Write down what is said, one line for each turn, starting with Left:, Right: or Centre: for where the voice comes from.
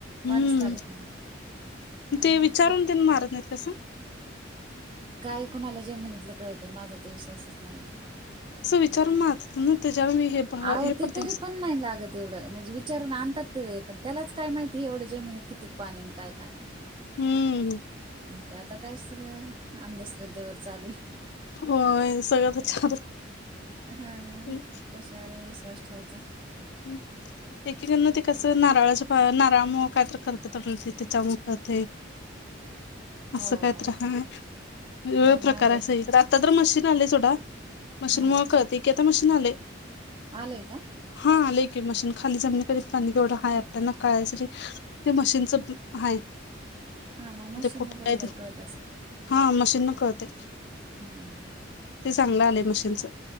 Left: हम्म
Right: पाणीच लागत नाही
Left: ते
Right: आणि
Left: विचारून
Right: इकडं
Left: ते मारत नाहीत कसं
Right: काय कुणाला जमिनीतलं कळतं माझा तर विश्वासच नाही.
Left: अस विचारून मार म तेच्या वरण हे. <unintelligible>
Right: अहो
Left: पडते
Right: ते तरी पण नाही लागत. तेवढं म्हणजे विचार आणतात ते पण त्यालाच काय माहिती एवढ्या जमिनीत किती पाणी आणि काय काय.
Left: हम्म.
Right: आणि आता काय सगळं अंधश्रद्धेवर चालू आहे.
Left: होय अ सगळ् किती छान.
Right: हा.
Left: हम्.
Right: कशावर ही विश्वास ठेवायचा.
Left: हम्म. एकेकांना ते कसं नारळाचे नारळामुळं करतात त्याच्यामुळं होतंय. असं
Right: हो
Left: काय
Right: हो
Left: तर हाय. वेगवेगळे
Right: नाही
Left: प्रकार
Right: माझे
Left: सगळीकडं आता तर मशीन आलंय सोडा मशीनमुळे
Right: हा
Left: कळते. आता मशीन आलंय.
Right: आलंय का
Left: हा आलंय की मशीन खाली जमिनीपर्यंत पाणी केवढं हाय आपल्याला कळायसाठी ते मशीनच हाय.
Right: हा मग मशीनना
Left: ते कुठं
Right: बरोबर
Left: हाय ते,
Right: कळत असेल
Left: हा मशीन कळतेय.
Right: हम्म.
Left: ते चांगलं आलंय मशीनचं